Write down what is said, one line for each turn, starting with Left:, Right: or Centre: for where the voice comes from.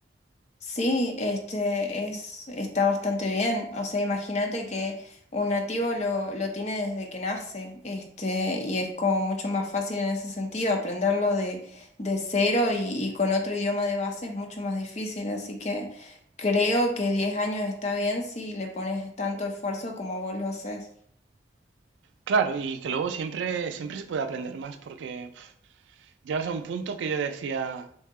Left: Sí, este es, está bastante bien. O sea, imagínate que un nativo lo, lo tiene desde que nace, este, y es como mucho más fácil en ese sentido, aprenderlo de, de cero y, y con otro idioma de base es mucho más difícil. Así que creo que 10 años está bien si le pones tanto esfuerzo como vos lo haces.
Right: Claro, y que luego siempre, siempre se puede aprender más, porque pf, llegas a un punto que yo decía,